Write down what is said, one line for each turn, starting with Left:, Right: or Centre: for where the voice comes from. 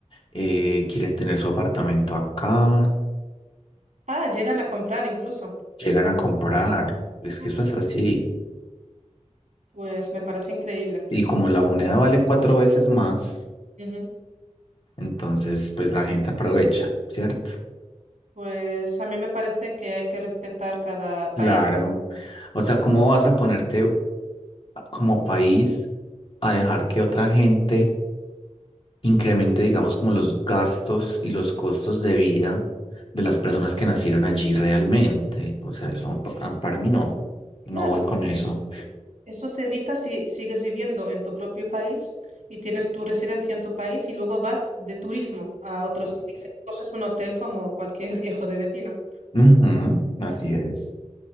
Left: eh, quieren tener su apartamento acá,
Right: Ah, llegan a comprar incluso.
Left: llegan a comprar. Es
Right: Ujú.
Left: que eso es así.
Right: Pues me parece increíble.
Left: Y como la moneda vale cuatro veces más,
Right: Ujú.
Left: entonces pues la gente aprovecha, ¿cierto?
Right: Pues a mí me parece que hay que respetar cada país.
Left: Claro. O sea,
Right: Y
Left: ¿cómo vas a ponerte como país a dejar que otra gente incremente, digamos, como los gastos y los costos de vida de las personas que nacieron allí realmente. O sea, eso pa- ah, para mí no,
Right: claro,
Left: no voy
Right: porque
Left: con eso.
Right: Eso se evita si sigues viviendo en tu propio país y tienes tu residencia en tu país y luego vas de turismo a otros países. Coges un hotel como cualquier <laughs> hijo de vecino.
Left: Ujú, ujú, así es.